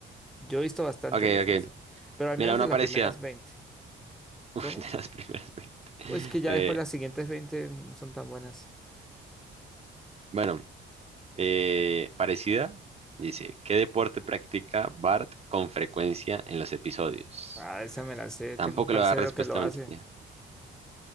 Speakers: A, in the centre; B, on the right (about 30°).
A: Yo he visto bastante
B: Ok,
A: Los
B: ok.
A: Simpsons, pero al
B: Mira,
A: menos
B: una
A: de las
B: parecida.
A: primeras veinte.
B: Uf,
A: ¿Cómo?
B: <laughs> de las primeras 20.
A: O es que ya
B: Eh,
A: después las siguientes 20 no son tan buenas.
B: bueno, eh, parecida. Dice, ¿qué deporte practica Bart con frecuencia en los episodios?
A: Ah, esa me la sé.
B: Tampoco
A: Tengo un parcero
B: le va a dar respuesta
A: que lo hace.
B: multiple. <laughs>